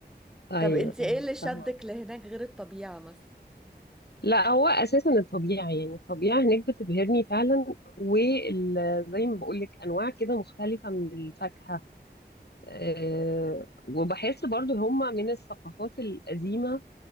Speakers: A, on the left; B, in the centre.
A: ايوه
B: طب انت ايه
A: ايوه
B: اللي شدك
A: فاهمة
B: لهناك غير الطبيعه مثلا
A: لا هو اساسا الطبيعه يعني الطبيعه هناك بتبهرني فعلا وزي ما بقول لك انواع كده مختلفه من الفاكهه آه، وبحس برضو هما من الثقافات القديمة